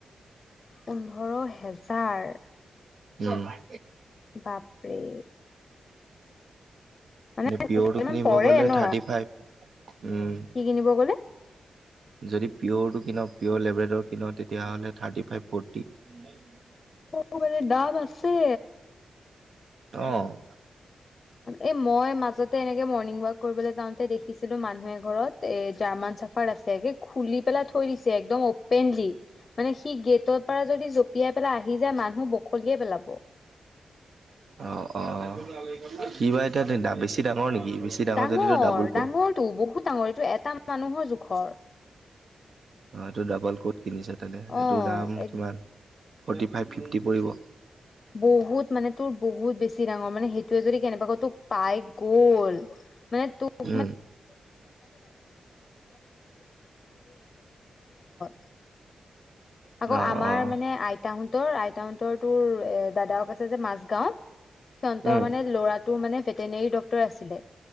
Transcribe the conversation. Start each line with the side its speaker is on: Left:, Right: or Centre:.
Left: পোন্ধৰ হেজাৰ।
Right: নাই।
Left: বাপৰে। মানে
Right: মে পিয়ৰটো
Left: ইমান
Right: কিনিব
Left: পৰে
Right: গলে
Left: ন
Right: থাৰ্টি ফাইভ উম।
Left: কি কিনিব গ'লে
Right: যদি পিয়অ'ৰটো কিনও পিয়'ৰ লেব্ৰেডৰ কিনওঁ তেতিয়াহ'লে থাৰ্টি ফাইভ ফ'ৰ্টি। উম।
Left: ম মানে ডাম আছে।
Right: অ'।
Left: এই মই মাজতে এনেকে মৰ্ণিং ৱাক কৰিবলৈ যাওঁতে দেখি কিছিলু মানুহে ঘৰত এ জাৰ্মান চাফাৰ আছেগে খুলি পেলাই থৈ দিছে একদম অপেনলি। মানে সি গেটৰ পৰা যদি জঁপিয়াই পেলাই আহি যায় মানুহ বখলিয়ে পেলাব।
Right: অ' অ' কি বা এতিয়া বেছি ডাঙৰ নেকি?
Left: ডাঙৰ
Right: যদিটো ডাবুল কোট।
Left: ডাঙৰটো বহুত ডাঙৰ এইটো এটা মানুহৰ জোখৰ।
Right: অ' এইটো ডাবল ক'ড কিনিছে তেনেনে সেইটোৰ
Left: অ
Right: দাম
Left: এক
Right: কিমান ফৰ্টি ফাইভ ফিফটি পৰিব।
Left: বহুত মানে তোৰ বহুত বেছি ডাঙৰ মানে সেইটোোৱে যদি কেনেবাকৈ তোক পাই গ'ল। মই তোৰ
Right: উম
Left: <unintelligible>
Right: অ',
Left: আকৌ আমাৰ
Right: অ',
Left: মানে আইতাহঁতৰ আইতাহঁতৰ তোৰ এ দাদও আছে যে মাজগাঁও সিহঁতৰ
Right: উম,
Left: মানে ল'ৰাটো মানে ভেটেনেৰি ডক্তৰ আছিলে।